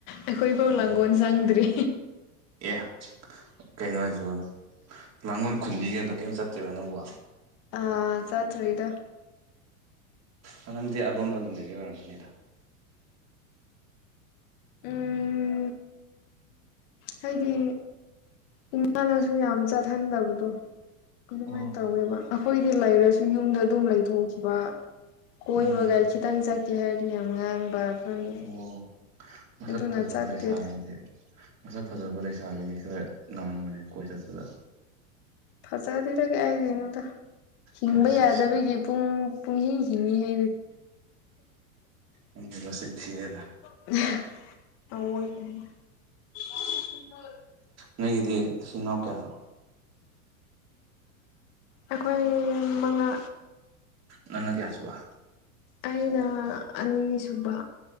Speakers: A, on the left (about 55°); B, on the right (about 35°).
A: ꯑꯩꯈꯣꯏ ꯐꯧ
B: ꯎꯝ
A: ꯂꯥꯡꯒꯣꯜ ꯆꯪꯗ꯭ꯔꯤ꯫
B: ꯑꯦ ꯀꯩꯅꯣ ꯍꯥꯏꯖꯤꯕꯣ ꯂꯥꯡꯒꯣꯜ ꯈꯨꯟꯗꯤ ꯒꯥꯏꯗꯣ ꯀꯩꯝ ꯆꯠꯇ꯭ꯔꯤꯕ ꯅꯪꯕꯣ
A: ꯑ ꯆꯠꯔꯤ ꯏꯗ
B: ꯑꯦ ꯅꯪꯗꯤ ꯑꯗꯣꯝꯗ ꯑꯗꯨꯝꯗ ꯂꯩꯕꯥꯒꯤ ꯑꯣꯏꯔꯝꯒꯥꯅꯤꯗ
A: ꯎꯝ ꯍꯥꯏꯗꯤ ꯏꯃꯥꯅꯁꯨ ꯌꯥꯝ ꯆꯠꯍꯟꯗꯕꯗꯣ ꯑꯗꯨꯃꯥꯏꯅ
B: ꯑꯣ
A: ꯇꯧꯋꯦꯕ ꯑꯩꯈꯣꯏꯗꯤ ꯂꯩꯔꯁꯨ ꯌꯨꯝꯗ ꯑꯗꯨꯝ ꯂꯩꯊꯣꯛꯈꯤꯕ ꯀꯣꯏꯕꯒꯥ
B: ꯎꯝ
A: ꯈꯤꯇꯪ ꯆꯠꯀꯦ ꯍꯥꯏꯔꯤ ꯌꯥꯝ ꯉꯥꯡꯕ ꯑꯗꯨꯅ
B: ꯑꯣ ꯃꯁꯛ
A: ꯑꯗꯨꯅ
B: ꯐꯥꯖꯕ
A: ꯆꯠꯇꯦꯗ
B: ꯂꯩꯁꯥꯕꯤꯗꯤ ꯃꯁꯛ ꯐꯖꯕ ꯂꯩꯁꯥꯕꯤꯗꯤ ꯈꯔ ꯂꯥꯡꯕꯅꯦ ꯀꯣꯏ ꯆꯠꯄꯗ
A: ꯐꯖꯗꯦꯗ ꯀꯥꯏꯗꯩꯅꯣꯗ ꯍꯤꯡꯕ
B: ꯈꯔ ꯆꯦꯛꯁꯤꯟ
A: ꯌꯥꯗꯕꯒꯤ ꯄꯨꯡ ꯄꯨꯡꯍꯤꯡ ꯍꯤꯡꯉꯤꯅꯤ꯫
B: ꯅꯪꯒꯤ ꯃꯆꯤꯟ ꯊꯤꯔꯦꯗ
A: <unintelligible> ꯑꯌꯣꯏꯕꯅꯦ꯫ <inaudible>
B: ꯅꯪꯒꯤꯗꯤ ꯅꯥꯆꯤꯜ ꯅꯥꯎ ꯀꯌꯥꯅꯣ?
A: ꯑꯩꯈꯣꯏ ꯃꯉꯥ
B: ꯅꯪꯅ ꯀꯌꯥꯁꯨꯕꯥ
A: ꯑꯩꯅ ꯑꯅꯤꯁꯨꯨꯕ